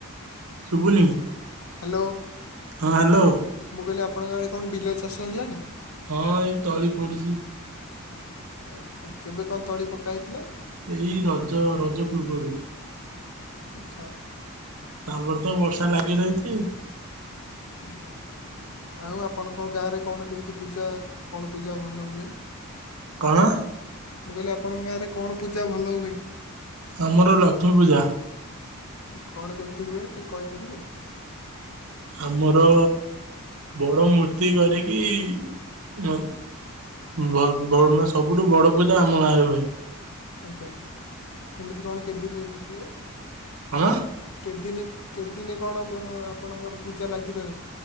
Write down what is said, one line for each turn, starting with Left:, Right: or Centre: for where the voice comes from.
Right: ଶୁଭୁନି।
Left: ହ୍ୟାଲୋ।
Right: ହଁ ହ୍ୟାଲୋ।
Left: ମୁଁ କହିଲି ଆପଣଙ୍କ ଆଡେ କଣ ବିଲ ଚାଷ ହେଲାଣି?
Right: ହଁ ଏଇ ତଳି ପଡିଚି।
Left: ଆଚ୍ଛା କେବେ କଣ ତଳି ପକା ହେଇଥିଲା?
Right: ଏଇ ରଜ ରଜ ପୂର୍ବରୁ।
Left: ଆଚ୍ଛା।
Right: ଆମର ତ ବର୍ଷା ଲାଗି ରହିଚି।
Left: ହୁଁ। ଆଉ ଆପଣଙ୍କ ଗାଁରେ କଣ କେମିତି ପୂଜା କଣ ପୂଜା ଭଲ ହୁଏ?
Right: କଣ?
Left: ମୁଁ କହିଲି ଆପଣଙ୍କ ଗାଁରେ କଣ ପୂଜା ଭଲ ହୁଏ?
Right: ଆମର ଲକ୍ଷ୍ମୀପୂଜା।
Left: କଣ କେମିତି ହୁଏ ଟିକେ କହିପାରିବେ?
Right: ଆମର ବଡ ମୂର୍ତ୍ତି କରିକି <unintelligible> ସବୁଠୁ ବଡ ପୂଜା ଆମ ଗାଁରେ ହୁଏ।
Left: ଆଜ୍ଞା କେମିତି କଣ କେତେ ଦିନିରୁ ହୁଏ?
Right: କଣ?
Left: କେଦିନି କେତଦିନି କଣ ଆପଣଙ୍କର ପୂଜା ଲାଗି ରହେ?